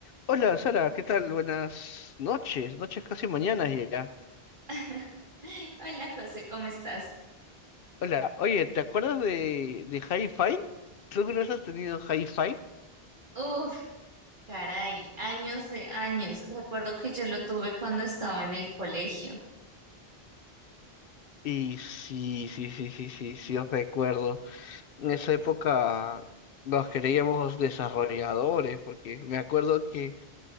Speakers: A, on the left; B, on the right.
A: Hola Sara, ¿qué tal? Buenas noches, noches casi mañanas ya.
B: <laughs> Hola José, ¿cómo estás?
A: Hola, oye, ¿te acuerdas de, de Hi-Fi? ¿Tú alguna vez has tenido Hi-Fi?
B: Uf, caray, años de años. Recuerdo que yo lo tuve cuando estaba en el colegio.
A: Y sí, sí, sí, sí, sí, sí, os recuerdo. En esa época nos creíamos desarrolladores, porque me acuerdo que